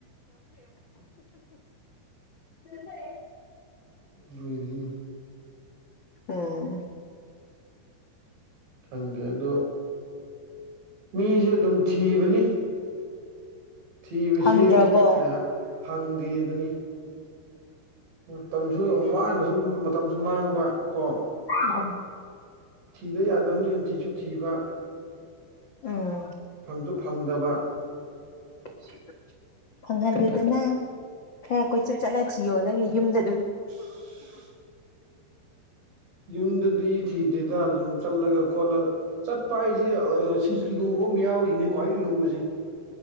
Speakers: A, on the left; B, on the right.
A: <inaudible>
B: ꯑꯗꯨꯏꯅꯤꯅ꯫
A: ꯎꯝ
B: ꯈꯪꯗꯔ꯭ꯦ ꯑꯗꯣ ꯃꯤꯁꯨ ꯑꯗꯨꯝ ꯊꯤꯕꯅꯤ꯫ ꯊꯤꯕꯁꯤ
A: ꯐꯪꯗ꯭ꯔꯕꯣ
B: ꯀꯌꯥ ꯐꯪꯗꯦ ꯑꯗꯨꯅꯤ꯫ ꯃꯇꯝꯁꯨ ꯋꯥꯅꯁꯨ ꯃꯇꯝꯁꯨ ꯃꯥꯡꯕ ꯀꯣ
A: ꯎꯝ
B: ꯊꯤꯗ ꯌꯥꯗꯕꯅꯤꯅ ꯊꯤꯁꯨ ꯊꯤꯕ
A: ꯎꯝ
B: ꯐꯪꯁꯨ ꯐꯪꯗꯕ
A: <inaudible> ꯐꯪꯍꯜꯂꯣꯏꯗꯅ ꯈꯔ ꯀꯣꯏꯆꯠ ꯆꯠꯂ ꯊꯤꯌꯣ ꯅꯪꯅꯦ ꯌꯨꯝꯗ ꯑꯗꯨꯝ
B: ꯎꯝ ꯌꯨꯝꯗꯗꯤ ꯊꯤꯗꯦꯗ ꯑꯗꯨꯝ ꯆꯠꯂꯒ ꯈꯣꯠꯂꯒ ꯆꯠꯄ ꯍꯥꯏꯁꯦ ꯁꯤꯁꯨ ꯂꯨꯕ ꯑꯃ ꯌꯥꯎꯔꯤꯅꯦ ꯈ꯭ꯋꯥꯏꯗꯒꯤ ꯂꯨꯕꯁꯦ